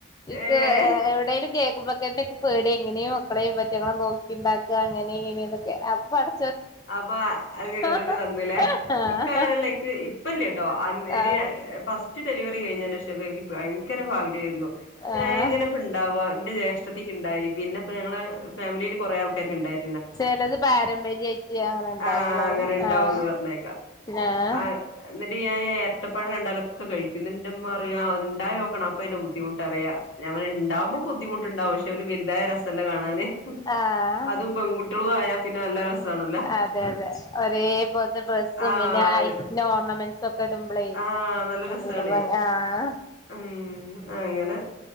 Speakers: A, on the left (about 20°); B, on the left (about 75°).
A: ഇക്ക്
B: ഏഹ്
A: എവിടെലും കേൾക്കുമ്പക്കേന്റെക്കെ പേടിയാ എങ്ങനെയും മക്കളെ റ്റങ്ങളെ നോക്കി ഉണ്ടാക്ക അങ്ങനെ ഇങ്ങനെയന്നൊക്കെ അപ്പ അടു
B: അപ്പൊ അത ങ്ങോട്ട്ന്നെ
A: ആഹ്
B: തന്നലേ ഇക്ക അങ്ങനെല്ലക്ക് ഇപ്പല്ലേ കേട്ടോ അന്ന്
A: ആഹ്
B: ട്ട് ഫസ് റ്റ് ഡെലിവറി കഴിഞ്ഞതിന്റെ ശേഷം എനിക്ക് ഭയങ്കര ആഗ്രഹമായിരുന്നു
A: ആഹ്
B: എങ്ങനെപ്പ ഉണ്ടവുക എന്റെഷ ണ്ടായി പിന്നെപ്പ ഞങ്ങളെ ഫാമിലിയില് കുറേ ആൾക്കാർക്ക് ഉണ്ടായി
A: ചിലത് പാരമ്പര്യായിട്ട അങ്ങനെ ഉണ്ടാവുള്ളു
B: ആഹ് അങ്ങനെ ഇണ്ടാവുന്ന്
A: ആഹ
B: പറഞ്ഞേക്കാം
A: ആഹ
B: ആഹ് എന്നിട്ട് ഞാൻ ഇരട്ടപ്പഴം കണ്ടാലോ ഒ കഴിക്കുന്ന എൻ്റുമ്മറയാ ഉണ്ടായോക്കണം അപ്പൊ അതിന്റെ ബുദ്ധിമുട്ട അറിയ ഞ അവൻണ്ടാവോ ബുദ്ധിമുട്ടുണ്ടാവും പക്ഷെ ഒരു വലുതായ രസംമല്ല കാണാന്
A: ആഹ്
B: അതും പെൺകുട്ടികളും ആയാ പിന്നെ നല്ല രസാണല്ലോ
A: അതെ അതെ ഒരേ പോലത്തെ ഡ്രസ്സും
B: ആഹ്
A: പിന്നെ
B: ഒരു
A: ഐ ഓർണമെന്റ്സും ഒക്കെ ളെ
B: ആഹ്
A: നല്ല
B: രസാണേ
A: ഭംഗി ആഹ
B: ഉം അങ്ങനെ